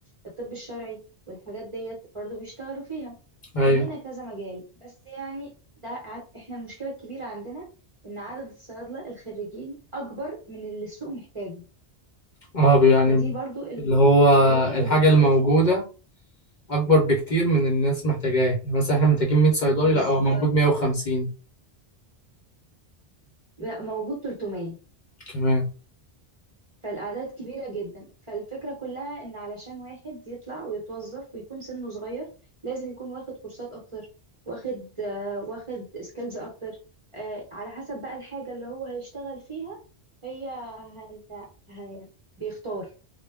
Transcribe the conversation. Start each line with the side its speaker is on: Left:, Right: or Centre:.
Right: الطب الشرعي والحاجات ديت برضو بيشتغلوا فيها
Left: ايوه
Right: فلينا كذا مجال بس يعني ده ع- احنا المشكلة الكبيرة عندنا ان عدد الصيادلة الخريجين اكبر من اللي السوق محتاجه
Left: اه بي- يعني
Right: فدي برضو المشكلة
Left: اللي هو
Right: الأزلية
Left: الحاجة
Right: اللي بتواجه
Left: الموجودة
Right: اه
Left: أكبر بكتير من الناس محتاجاه يعني مثلا احنا محتاجين 100 صيدلي
Right: بالظبط
Left: لأ هو موجود 150
Right: لا، موجود 300
Left: كمان
Right: فالأعداد كبيرة جدا فالفكرة كلها إن علشان واحد يطلع ويتوظف ويكون سنه صغير لازم يكون واخد كورسات أكتر واخد آه، واخد سكيلز أكتر آه، على حسب بقى الحاجة اللي هو هيشتغل فيها هي هن... هي بيختار